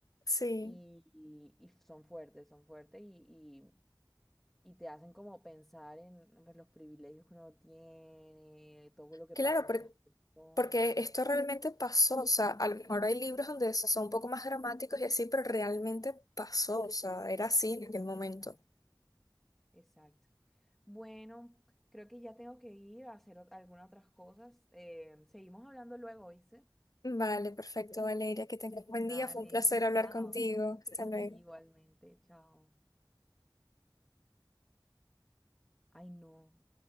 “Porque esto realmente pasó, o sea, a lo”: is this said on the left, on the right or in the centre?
Left